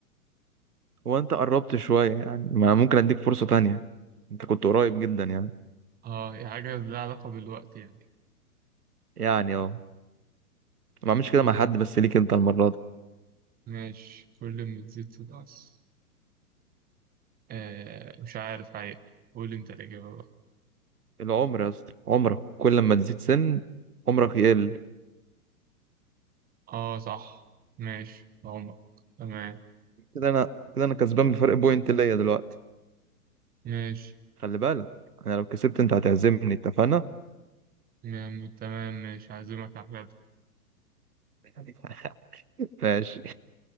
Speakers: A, on the right; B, on the right.
A: هو أنت قربت شوية يعني ما ممكن أديك فرصة تانية أنت كنت قريب جدا يعني
B: اه هي حاجة لها علاقة بالوقت يعني
A: يعني اه ما أعملش كده
B: كل
A: مع حد
B: ما
A: بس ليك أنت المرة دي
B: ماشي كل ما تزيد تنقص آه مش عارف عيب قول انت الإجابة بقى
A: العمر يا اسطى عمرك كل ما تزيد سن عمرك يقل
B: اه صح ماشي عمر تمام
A: كده انا كده انا كسبان بفرق بوينت ليا دلوقتي
B: ماشي
A: خلي بالك انا لو كسبت انت هتعزمني اتفقنا
B: تمام تمام، ماشي هعزمك على الغدا
A: <laughs> ماشي